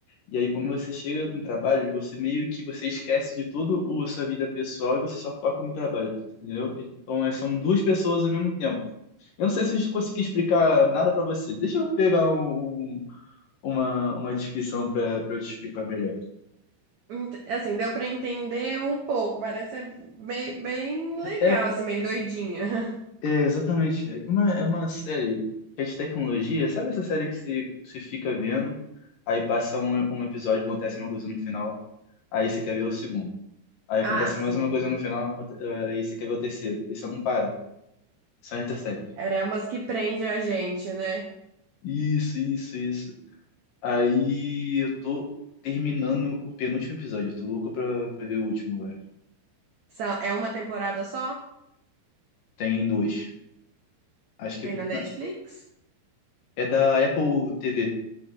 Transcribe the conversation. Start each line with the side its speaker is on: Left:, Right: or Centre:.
Left: E aí quando você chega no trabalho, você meio que você esquece de tudo o sua vida pessoal e você só foca no trabalho, entendeu? Então é, são duas pessoas ao mesmo tempo. Eu não sei se eu consegui explicar nada pra você. Deixa eu pegar um, um- uma, uma descrição pra pra eu te explicar melhor.
Right: Ent- Assim, deu pra entender um pouco. Parece ser bem, bem legal,
Left: É,
Right: assim, meio doidinha. <laughs>
Left: É, exatamente. É que é uma, é uma série que é de tecnologia. Sabe essa série que você, você fica vendo, aí passa um, um episódio, acontece uma coisa no final, aí você quer ver o segundo. Aí
Right: Ah,
Left: acontece
Right: sim.
Left: mais uma coisa no final, aconte- aí você quer ver o terceiro. E você não para. São essas séries.
Right: É umas que prende a gente, né?
Left: Isso, isso, isso. Aí eu tô terminando o penúltimo episódio. Eu Tô louco pra, pra ver o último agora.
Right: São- É uma temporada só?
Left: Tem dois. Acho que
Right: Tem na Netflix?
Left: na- é da Apple TV.